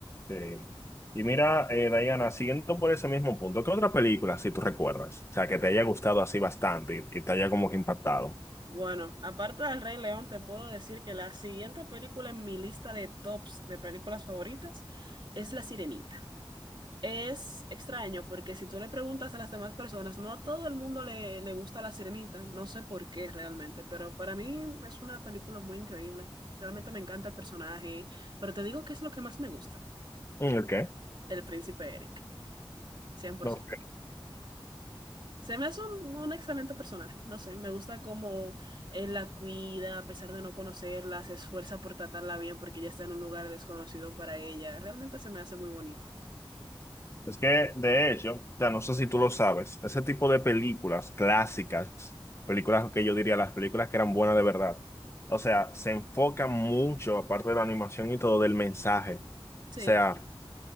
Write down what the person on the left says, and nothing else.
Sí. Y mira, eh, Diana, siguiendo por ese mismo punto, ¿qué otra película, si tú recuerdas? O sea, que te haya gustado así bastante y, y te haya como que impactado.
Mm, ¿El qué?
No,
ok.
Es que, de hecho, o sea, no sé si tú lo sabes, ese tipo de películas clásicas, películas que yo diría las películas que eran buenas de verdad, o sea, se enfocan mucho, aparte de la animación y todo, del mensaje. O
sea,